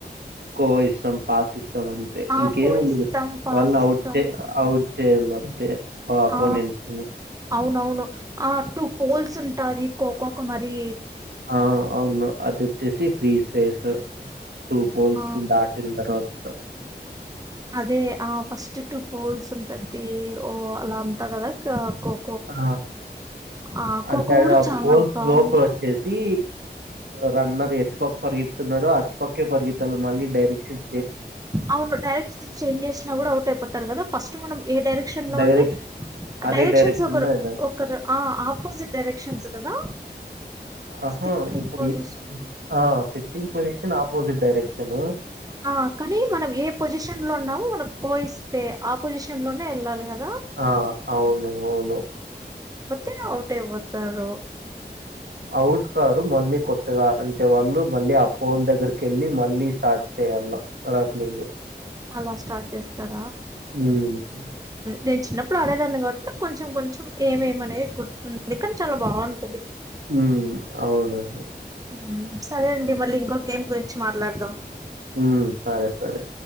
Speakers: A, on the right; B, on the right.
A: కో ఇసం పాసిసం త్తం అంతే
B: ఆ
A: ఇంకేము
B: ఖో
A: ఉండదు
B: ఇస్తాం పాస్
A: వాళ్ళని
B: ఇస్తాం
A: అవుట్ చే అవుట్ చేయాల అంతే ఆపోనెంట్స్
B: ఆ
A: నీ
B: అవునవును ఆ టూ పోల్స్ ఉంటాది ఖోఖో కి మరి
A: ఆ అవును అది వచ్చేసి పీస్ స్పేస్ టూ పోల్స్
B: ఆ
A: దాటిన తర్వాత
B: అదే ఆ ఫస్ట్ టూ పోల్స్ ఉంటది ఓ అలా అంత కదా ఖోఖో
A: ఆ
B: ఆ ఖోఖో
A: అంటే
B: కూడా చాలా
A: పోల్
B: బాగుంది
A: లోపల వచ్చేసి రన్నర్ ఎటు పక్క పరిగేతున్నాడో అటు పక్కే పరిగెత్తాల మళ్ళీ డే ఎక్సిమ్
B: అవును డైరెక్షన్స్ చేంజ్ చేసినా కూడా అవుట్ అయిపోతారు కదా ఫస్ట్ మనమే ఏ డైరెక్షన్ లో
A: డైరెక్ట్
B: ఉంటే
A: అదే
B: డైరెక్షన్స్
A: డైరెక్షన్‌లో
B: ఒకరు
A: ఎళ్ళాలి.
B: ఒకరు ఆ అపు ఆపోసిట్ డైరెక్షన్స్ కదా
A: ఆహా
B: సిట్టింగ్
A: ఇప్పుడు
B: పొజిషన్
A: ఈ ఆ సిట్టింగ్ పొజిషన్ అపోజిట్ డైరెక్షన్ ను
B: ఆ కానీ మనం ఏ పొజిషన్ లో ఉన్నామో మనకు కోయిస్తే ఆపోజిషన్ లోనే వెళ్ళాలి కదా
A: ఆ అవును అవును
B: అటే అవుట్ అయిపోతారు
A: అవుట్ కారు మళ్ళీ కొత్తగా అంటే వాళ్ళు మళ్ళీ ఆ పోల్ దగ్గరకి కేళ్ళి మళ్ళీ స్టార్ట్ చేయాల రన్నింగ్
B: అలా స్టార్ట్ చేస్తారు
A: హ్మ్
B: నేను చిన్నప్పుడు ఆడేదాన్ని కాబట్టి నాకు కొంచెం కొంచెం ఏమేమినేది గుర్తుందిందు కానీ చాలా బాగుంటంది
A: హ్మ్ అవునండి
B: మ్మ్. సరే అండి మళ్ళీ ఇంకో గేమ్ గురించి మాట్లాడదాం
A: హ్మ్ సరే సరే